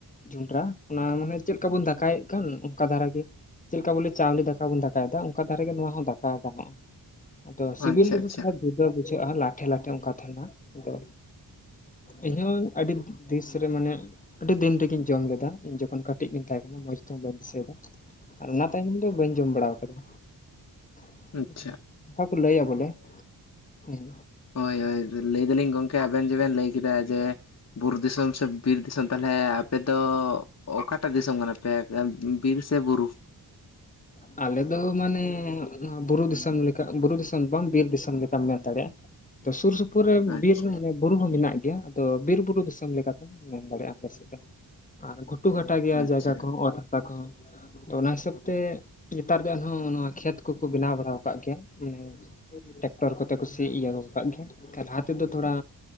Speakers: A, on the left; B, on the left.
A: ᱡᱚᱸᱰᱨᱟ ᱚᱱᱟ ᱢᱟᱱᱮ ᱪᱮᱫ ᱞᱮᱠᱟ ᱵᱚᱱ ᱫᱟᱠᱟᱭᱮᱫ ᱠᱟᱱ ᱚᱱᱠᱟ ᱫᱷᱟᱨᱟ ᱜᱮ ᱪᱮᱫ ᱞᱮᱠᱟ ᱵᱚᱞᱮ ᱪᱟᱣᱞᱮ ᱫᱟᱠᱟ ᱵᱚᱱ ᱫᱟᱠᱟᱭᱮᱫᱟ ᱚᱱᱠᱟ ᱫᱷᱟᱨᱮᱜ ᱜᱮ ᱱᱚᱣᱟ ᱦᱚᱸ ᱫᱟᱠᱟ ᱜᱟᱱᱚᱜᱼᱟ ᱟᱫᱚ ᱥᱤᱵᱤᱞ
B: ᱟᱪᱪᱷᱟ
A: ᱨᱮᱫᱚ
B: ᱟᱪᱪᱷᱟ
A: ᱛᱷᱚᱲᱟ ᱡᱩᱫᱟᱹ ᱵᱩᱡᱷᱟᱹᱜᱼᱟ ᱞᱟᱴᱷᱮᱼ ᱞᱟᱴᱷᱮ ᱚᱱᱠᱟ ᱛᱟᱦᱮᱱᱟᱹ ᱟᱫᱚ ᱤᱧᱦᱚᱸ ᱟᱹᱰᱤ ᱫᱤᱥ ᱨᱮ ᱢᱟᱱᱮ ᱟᱹᱰᱤ ᱫᱤᱱ ᱨᱮᱜᱤᱧ ᱡᱚᱢ ᱞᱮᱫᱟ ᱤᱧ ᱡᱚᱠᱷᱚᱱ ᱠᱟᱹᱴᱤᱡ ᱜᱤᱧ ᱛᱟᱦᱮᱸ ᱠᱟᱱᱟ ᱢᱚᱸᱡᱽ ᱛᱮᱦᱚᱸ ᱵᱟᱹᱧ ᱫᱤᱥᱟᱹᱭᱮᱫᱟ ᱟᱨ ᱚᱱᱟ ᱛᱟᱭᱱᱚᱢ ᱫᱚ ᱵᱟᱹᱧ ᱡᱚᱢ ᱵᱟᱲᱟ ᱠᱟᱫᱟ <unintelligible>
B: ᱟᱪᱪᱷᱟ
A: ᱞᱟᱹᱭ ᱭᱟᱵᱚᱞᱮ ᱦᱮᱸ
B: ᱦᱚᱭ ᱦᱚᱭ ᱞᱟᱹᱭ ᱫᱟᱞᱤᱧ ᱜᱚᱢᱠᱮ ᱟᱵᱮᱱ ᱡᱮᱵᱮᱱ ᱞᱟᱹᱭ ᱠᱮᱫᱟ ᱡᱮ ᱵᱩᱨᱩ ᱫᱤᱥᱚᱢ ᱥᱮ ᱵᱤᱨ ᱫᱤᱥᱚᱢ ᱛᱟᱦᱚᱞᱮ ᱟᱯᱮ ᱫᱚ ᱚᱠᱟᱴᱟᱜ ᱫᱤᱥᱚᱢ ᱠᱟᱱᱟ ᱯᱮ? ᱯᱮ ᱵᱤᱨ ᱥᱮ ᱵᱩᱨᱩ?
A: ᱦ ᱟᱞᱮ ᱫᱚ ᱢᱟᱱᱮ ᱵᱩᱨᱩ ᱫᱤᱥᱚᱢ ᱞᱮᱠᱟ ᱵᱩᱨᱩ ᱫᱤᱥᱚᱢ ᱵᱟᱝ ᱵᱤᱨ ᱫᱤᱥᱚᱢ ᱞᱮᱠᱟᱢ ᱢᱮᱱ ᱫᱟᱲᱮᱭᱟᱜᱼᱟ ᱥᱩᱨ ᱥᱩᱯᱩᱨ ᱨᱮ
B: ᱟᱪᱪᱷᱟ
A: ᱵᱤᱨ ᱦᱚ ᱵᱩᱨᱩ ᱦᱚᱸ ᱢᱮᱱᱟᱜ ᱜᱮᱭᱟ ᱟᱫᱚ ᱵᱤᱨ ᱵᱩᱨᱩ ᱫᱤᱥᱚᱢ ᱞᱮᱠᱟᱛᱮᱢᱚᱱ ᱢᱮᱱ ᱫᱟᱲᱮᱭᱟᱜᱼᱟ ᱟᱞᱮ ᱥᱮᱫ ᱫᱚ ᱟᱨ ᱜᱷᱩᱴᱩ ᱜᱷᱟᱴᱟ ᱜᱮᱭᱟ
B: ᱟᱪᱪᱷᱟ
A: ᱡᱟᱭᱜᱟ ᱠᱚ ᱚᱛ ᱦᱟᱥᱟ ᱠᱚᱸ ᱟᱫᱚ ᱚᱱᱟ ᱦᱤᱥᱟᱹᱵ ᱛᱮ ᱱᱮᱛᱟᱨ ᱫᱚ ᱮᱱᱦᱚᱸ ᱱᱚᱣᱟ ᱠᱷᱮᱛ ᱠᱚᱠᱚ ᱵᱮᱱᱟᱣ ᱵᱟᱲᱟᱣ ᱠᱟᱜ ᱜᱮᱭᱟ ᱢᱟᱱᱮ ᱴᱨᱟᱠᱴᱚᱨ ᱠᱚᱛᱮ ᱠᱩ ᱥᱤᱭᱮᱫᱟ ᱠᱟᱜ ᱜᱮᱭᱟ ᱞᱟᱦᱟ ᱛᱮᱫᱚ ᱛᱷᱚᱲᱟ